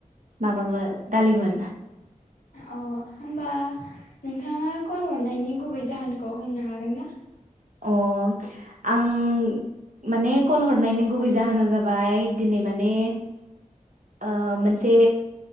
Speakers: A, on the right; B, on the left.
A: माबामोन दालिमोन।
B: औ होमबा नोंथाङा कल हरनायनि गुबै जाहोनखौ होननो हागोन ना।
A: अ आं माने कल हरनायनि गुबै जाहोना जाबाय दिनै माने ओ मोनसे